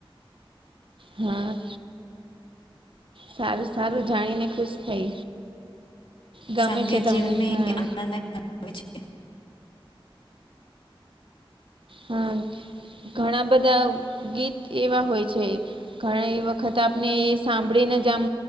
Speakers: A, on the right; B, on the left.
A: હા, સારુ સારુ જાણીને ખુશ થઈ. ગમે
B: સંગીત
A: છે તમને
B: જીવનમાં
A: હા
B: આનંદમય બનાવે છે.
A: હા, ઘણા બધાઓ ગીત એવા હોય છે ઘણી વખતે આપને એ સાંભળી નેજ આમ